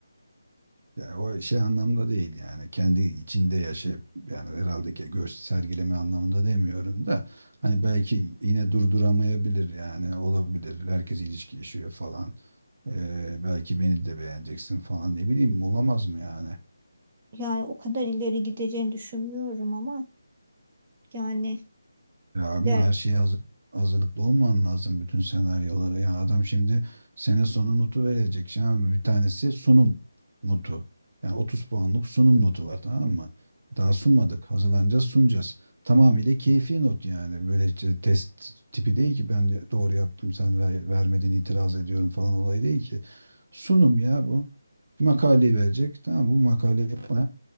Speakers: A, on the right; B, on the right.
A: Ya o şey anlamda değil yani kendi içinde yaşayıp yani herhalde ki göç sergileme anlamında demiyorum da hani belki yine durduramayabilir yani olabilir herkes ilişki yaşıyor falan Ee, belki beni de beğeneceksin falan ne bileyim olamaz mı yani
B: Yani o kadar ileri gideceğini düşünmüyorum ama yani
A: Ya ama
B: der,
A: her şeye hazır, hazırlıklı olman lazım bütün senaryolara. Ya adam şimdi sene sonu notu verecek. Şimdi bir tanesi sunum notu. Yani 30 puanlık sunum notu var tamam mı? Daha sunmadık. Hazırlanacağız, sunacağız. Tamamıyla keyfi not yani. Böyle işte test tipi değil ki ben de doğru yaptım sen ver- vermedin itiraz ediyorum falan olay değil ki. Sunum ya bu. Makaleyi verecek. Tamam mı? bu makaleyi bana